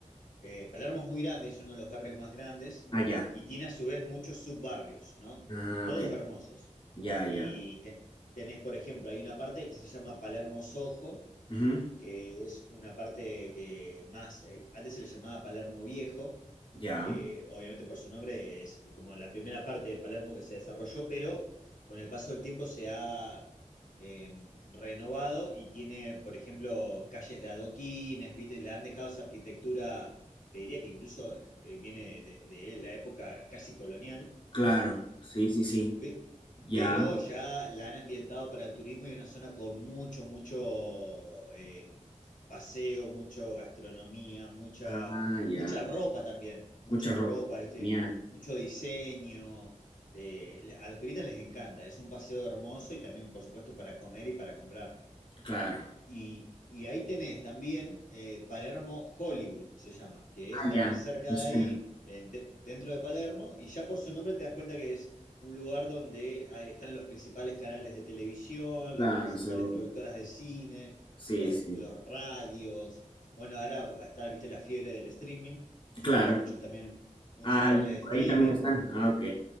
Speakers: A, on the left (about 85°); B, on the left (about 40°).
A: eh, Palermo es muy grande, es uno de los barrios más grandes
B: ah, ya,
A: y tiene a su vez muchos subbarrios, ¿no?
B: ah,
A: Todos
B: ok,
A: hermosos.
B: ya,
A: Y
B: ya,
A: te- tenés, por ejemplo, hay una parte que se llama Palermo Sojo,
B: ujú,
A: que es una parte que más, eh, antes se le llamaba Palermo Viejo,
B: ya,
A: que obviamente por su nombre es como la primera parte de Palermo que se desarrolló, pero con el paso del tiempo se ha eh, renovado y tiene, por ejemplo, calles de adoquines, ¿viste? Le han dejado esa arquitectura, te diría que incluso eh, viene de, de la época casi colonial.
B: claro, sí, sí, sí,
A: Pe-
B: ya,
A: Pero ya la han ambientado para el turismo y una zona con mucho, mucho eh, paseo, mucho gastronomía, mucha,
B: ah, ya,
A: mucha ropa también, mucha
B: mucha ropa,
A: ropa, ¿viste?
B: genial,
A: Mucho diseño. eh, le- a los turistas les encanta, es un paseo hermoso y también, por supuesto, para comer y para comprar.
B: claro,
A: Y, y ahí tenés también eh, Palermo Hollywood, se llama, que
B: ah,
A: es también
B: ya,
A: cerca
B: me
A: de
B: suena,
A: ahí, eh, de- dentro de Palermo, y ya por su nombre te das cuenta que es un lugar donde ahí están los principales canales de televisión,
B: claro,
A: las principales
B: seguro,
A: productoras de cine,
B: sí,
A: los,
B: sí,
A: los radios. Bueno, ahora está, viste, la fiebre del streaming, entonces
B: claro,
A: hay muchos también, muchos
B: ah,
A: canales
B: y por
A: de streaming.
B: ahí también están, ah, ok,